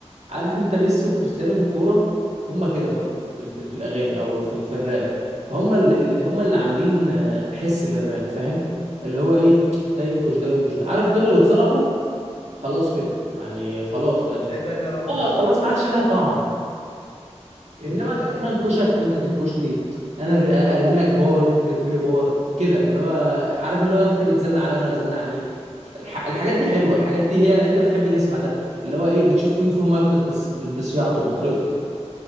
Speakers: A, on the right; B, on the left.
A: عارف انت ميسي وكريستيانو في الكوره هما كده
B: اه
A: في في, في, في الاغاني او في في الراب فهم اللي هم اللي عاملين آه، حس للراب فاهم اللي هو ايه ده ينكش ده وينكش ده عارف دول لو اتصلحوا خلاص كده يعني خلاص ما
B: مش هيبقى ليها رونق
A: اه
B: صح
A: خلاص ما عادش لها طعم انما
B: والله دي حقيقه
A: انا انكشك وانت تنكشني انا أر- ارمي لك بار انت ترمي لي بار كده اللي هو عارف اللي هو انت بتزنق عليا وانا بزنق عليك الح- الحاجات دي حلوه الحاجات دي هي انت بتحب تسمع ده اللي هو ايه بتشوف مين فيهم اجمد بس ب- بصياعته بطريقته